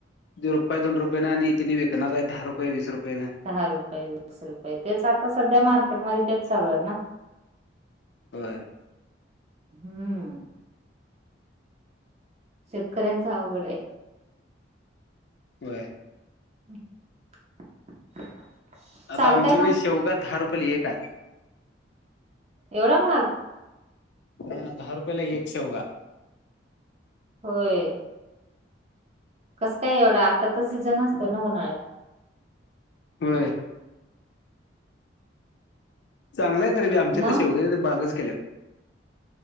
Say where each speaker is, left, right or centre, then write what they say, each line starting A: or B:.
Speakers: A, on the left; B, on the right.
A: दी रुपय दोन रुपयाे आणि तिने विकणार आहे दहा रुपय वीस रुपयाें.
B: दहा रुपये वीस रुपये तेच आता सध्या मार्केटमध्येध्ये तेच चालूय ना.
A: हो.
B: हम्म शेतकऱ्यांच अवघड आहे.
A: होय.
B: <inaudible>
A: आता
B: चालतय
A: आमच्याकडे
B: मग
A: शेवगात दहा रुपयला एक आहे.
B: एवढा महाग.
A: ह दहा रुपयला एक शेवगा.
B: होय. कसं काय एवढं आता तर सीझन असतं ना उन्हाळ्यात
A: होय. चांगलाय तरी आमच्या
B: मग
A: तर शेवगाच्या बागच केल्यात.